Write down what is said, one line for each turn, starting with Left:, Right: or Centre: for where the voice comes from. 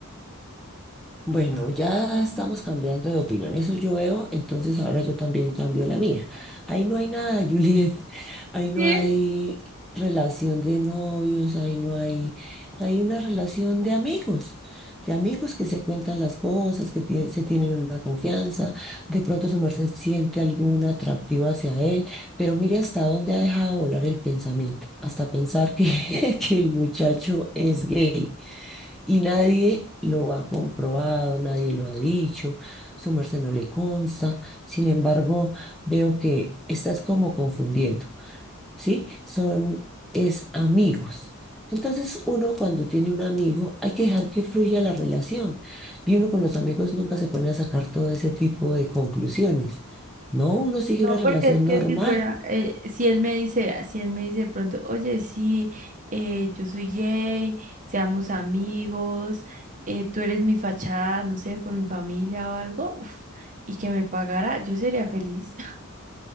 Centre: Bueno, ya estamos cambiando de opinión, eso yo veo, entonces ahora yo también cambio la mía. Ahí no hay nada, Juliet, <laughs> ahí no
Right: Sí,
Centre: hay relación de novios, ahí no hay, hay una relación de amigos, de amigos que se cuentan las cosas, que tie- se tienen una confianza, de pronto su merced siente algún atractivo hacia él, pero mire hasta dónde ha dejado volar el pensamiento, hasta pensar que, <laughs> que el muchacho es gay. Y nadie lo ha comprobado, nadie lo ha dicho, su merced no le consta. Sin embargo, veo que estás como confundiendo, ¿sí? Son, es amigos. Entonces, uno cuando tiene un amigo, hay que dejar que fluya la relación. Y uno con los amigos nunca se pone a sacar todo ese tipo de conclusiones. No, uno sigue
Right: No,
Centre: una
Right: porque
Centre: relación
Right: es que
Centre: normal.
Right: si fuera, eh, si él me dice, si él me dice de pronto, oye, sí, eh, yo soy gay, seamos amigos, eh, tú eres mi fachada, no sé, por mi familia o algo, uf, y que me pagara, yo sería feliz. <laughs>